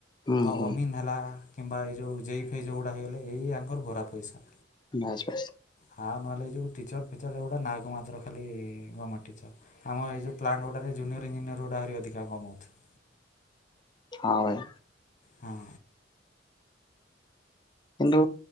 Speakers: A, on the left; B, on the left.
A: ହୁଁ
B: ତ
A: ହୁଁ
B: ଅମିନ୍ ହେଲା। କିମ୍ବା ଏଇ ଯେଉଁ ଜେଇ ଫେଇ ଯେଉଁଗୁଡ଼ା ହେଇଗଲା ଏଇ ଆଙ୍କର ଭରା ପଇସା।
A: ବାସ୍ ବାସ୍।
B: ହାଁ ନହେଲେ ଏ ଯୋଉ ଟିଚର ଫିଚର ଏଗୁଡା ନାକୁ ମାତ୍ର ଖାଲି ଗମେଣ୍ଟ ଟିଚର। ଆମ ଏଇ ଯଉ ପ୍ଲାଟ ଗୁଡା ଜୁନିୟର ଇଞ୍ଜିନିୟର ଗୁଡାକ ଆହୁରି ଅଧିକ କମଉ ଥିବେ।
A: ହଁ ଭାଇ।
B: ହଁ।
A: କିନ୍ତୁ